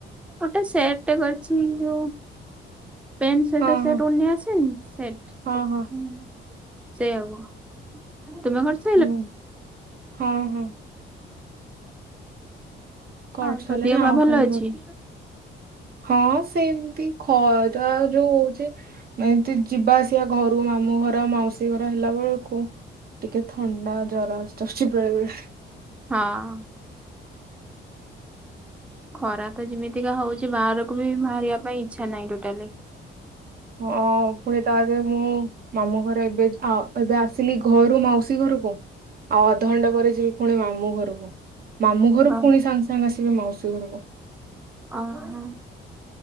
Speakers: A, in the centre; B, on the right.
A: ଗୋଟେ ସେଟଟେ କରିଛି ଯୋଉ ପେଣ୍ଟ ସାର୍ଟରେ
B: ହଁ
A: ସେଟ୍
B: ହଁ
A: ଓନି ଆସେନି ସେଟ୍
B: ହଁ
A: କୁ
B: ହଁ
A: ଉଁ ସେଇଆକୁ ତୁମେ କରିଚ୍
B: ହୁଁ ହଁ ହଁ। କରି
A: ଆଉ
B: ସାରିଲିଣି
A: ତୋ ଧିଅ
B: ଆଉ
A: ପା ଭଲ
B: ଖାଲି
A: ଅଛି?
B: ଗୋ- ହଁ ସେମତି ଖରା ଯୋଉ ହଉଛି। ମୁଁ ଏନ୍ତି ଯିବା ଆସିବା ଘରୁ ମାମୁଁ ଘର ମାଉସୀ ଘର ହେଲା ବେଳୁକୁ ଟିକେ ଥଣ୍ଡା ଜର ଆସିଯାଉଛି ବେଳେବେଳେ।
A: ହଁ। ଖରା ତ ଯିମିତିକା ହଉଚି ବାହାରକୁ ବି ଭାରିବା ପାଇଁ ଇଚ୍ଛା ନାଇଁ ଟୋଟାଲେ।
B: ହଁ ଫୁଣି ତାଧିଏରେ ମୁଁ ମାମୁଁ ଘର ଏବେ ଯ୍ ଆଉ ଏବେ ଆସିଲି ଘରୁ ମାଉସୀ ଘରୁକୁ ଆଉ ଅଧଘଣ୍ଟା ପରେ ଯିବି ଫୁଣି ମାମୁଁ ଘରୁକୁ ମାମୁଁ ଘରୁ
A: ଅ
B: ଫୁଣି ସାଙ୍ଗ୍ ସାଙ୍ଗ୍ ଆସିବି ମାଉସୀ ଘରୁକୁ।
A: ଅ ହୋଁ।